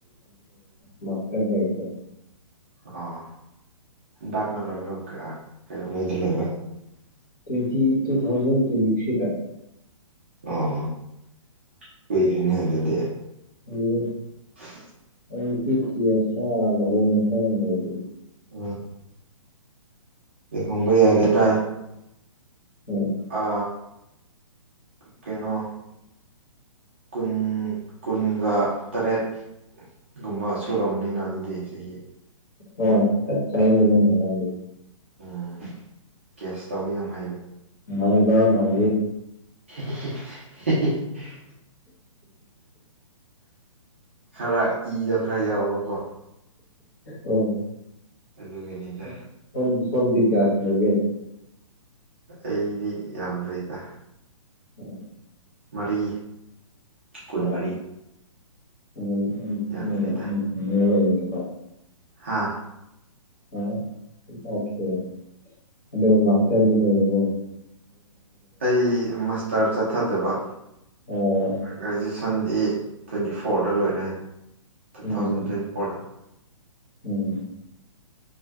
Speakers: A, on the left (about 35°); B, on the right (about 20°).
A: ꯃ ꯇꯝꯕ ꯑꯣꯏꯗ ꯃꯗ
B: ꯑ ꯏꯀ ꯂꯦ <unintelligible>
A: ꯇ꯭ꯋꯦꯟꯇꯤ ꯇꯨ ꯊꯥꯎꯖꯟ ꯇ꯭ꯋꯦꯟꯇꯤ ꯊ꯭ꯔꯤꯗ
B: ꯑ ꯑꯣꯏꯣꯏꯔꯅꯤ ꯌꯦ ꯑꯗꯨ ꯂꯩ
A: ꯎꯝ
B: <inaudible>
A: ꯑꯦꯗꯤ ꯊ ꯑꯁꯣ ꯑꯜꯍ ꯃꯁ ꯂꯩ
B: ꯑꯣ ꯃꯨꯝꯕꯩ ꯌꯥꯔꯦꯗ
A: ꯎꯝ
B: ꯑ ꯀꯩꯅꯣ ꯀꯨꯟ ꯀꯨꯟꯒ ꯇꯔꯦꯠ ꯒꯨꯝꯕ ꯁꯨꯔꯔꯕꯅꯤꯅ ꯑꯗꯨꯗꯤ ꯆꯍꯤ
A: ꯍꯣꯏ ꯆꯠ ꯆꯥꯏꯅꯉꯅꯔ
B: ꯎꯝ ꯀꯦꯁ ꯇꯧꯋ ꯌꯥꯝ ꯍꯥꯏ
A: ꯉꯕ ꯃꯥꯜ
B: <inaudible> <unintelligible> ꯈꯔ ꯏꯗꯣ ꯈꯔ ꯌꯥꯎꯕꯀꯣ
A: ꯑꯣ
B: ꯑꯗꯨꯒꯤꯅꯤꯗ
A: ꯁ ꯁꯣꯝꯗꯤ ꯑꯁꯂꯒꯦ
B: ꯑꯩꯗꯤ ꯌꯥꯝꯗ꯭ꯔꯦꯗ
A: ꯎꯝ
B: ꯃꯔꯤ
A: ꯑ
B: ꯀꯨꯟꯃꯔꯤ ꯌꯥꯝꯗ꯭ꯔꯤꯗ ꯍꯥꯥ
A: ꯑ ꯑꯣꯀꯦ ꯑꯗ ꯃꯥꯇꯖ ꯂꯔꯕꯣ
B: ꯑꯩ ꯃꯥꯁꯇꯔ ꯆꯠꯊꯗꯕ
A: ꯑꯣ
B: ꯒ꯭ꯔꯦꯖꯁ ꯁꯟꯗꯤ ꯇ꯭ꯋꯦꯟꯇꯤ ꯐꯣꯔꯗ ꯂꯣꯏꯔꯦ ꯇꯨ
A: ꯎꯝ
B: ꯊꯥꯎꯖꯟ ꯇ꯭ꯋꯦꯟꯇꯤ ꯐꯣꯔꯗ
A: ꯎꯝ